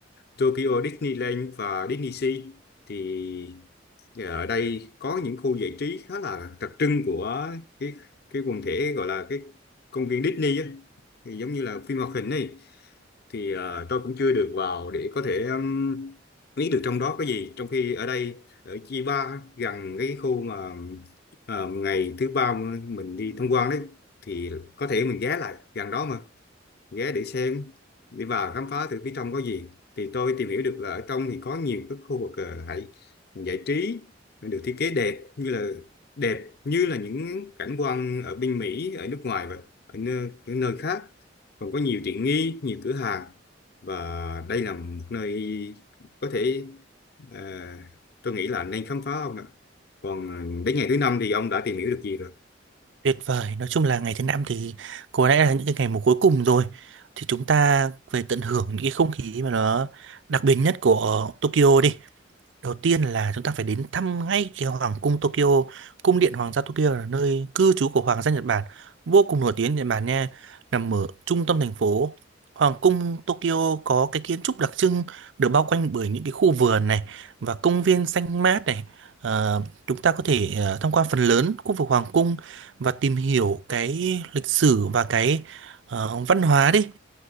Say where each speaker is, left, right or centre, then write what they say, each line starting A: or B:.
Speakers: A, on the left; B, on the right.
A: Tokyo Disneyland và DisneySea thì ờ, ở đây có những khu giải trí khá là đặc trưng của cái cái quần thể gọi là cái công viên Disney á thì giống như là phim hoạt hình này thì ờ, tôi cũng chưa được vào để có thể um, biết được trong đó có gì trong khi ở đây ở Chiba gần cái khu mà ờ, ngày thứ ba mình đi tham quan đấy thì có thể mình ghé lại gần đó mà ghé để xem đi vào khám phá thử phía trong có gì thì tôi tìm hiểu được là ở trong thì có nhiều cái khu vực ờ, hãy giải trí được thiết kế đẹp như là đẹp như là những cảnh quan ở bên Mỹ ở nước ngoài và ở nơi, ở nơi khác còn có nhiều tiện nghi nhiều cửa hàng và đây là một nơi có thể ờ, tôi nghĩ là nên khám phá ông ạ còn ờ, đến ngày thứ năm thì ông đã tìm hiểu được gì rồi
B: Tuyệt vời, nói chung là ngày thứ năm thì có lẽ là những cái ngày mà cuối cùng rồi. Thì chúng ta về tận hưởng những cái không khí mà nó đặc biệt nhất của Tokyo đi. Đầu tiên là chúng ta phải đến thăm ngay cái Hoàng cung Tokyo. Cung điện Hoàng gia Tokyo là nơi cư trú của Hoàng gia Nhật Bản, vô cùng nổi tiếng Nhật Bản nha, nằm ở trung tâm thành phố. Hoàng cung Tokyo có cái kiến trúc đặc trưng được bao quanh bởi những cái khu vườn này và công viên xanh mát này. Ờ, chúng ta có thể ờ, tham quan phần lớn khu vực Hoàng cung và tìm hiểu cái lịch sử và cái ờ, văn hóa đi.